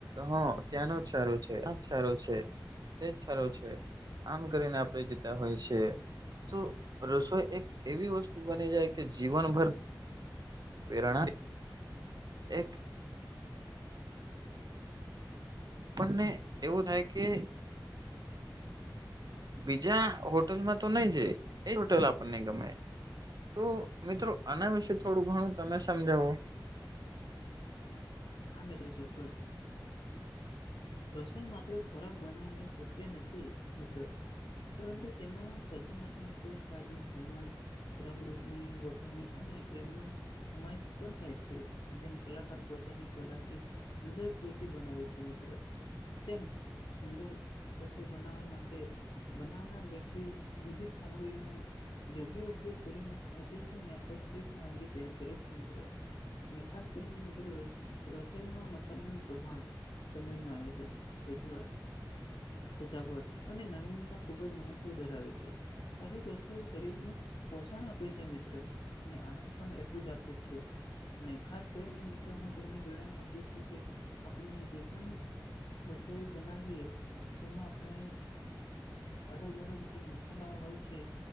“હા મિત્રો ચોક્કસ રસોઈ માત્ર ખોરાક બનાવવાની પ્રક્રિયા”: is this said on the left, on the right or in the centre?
Left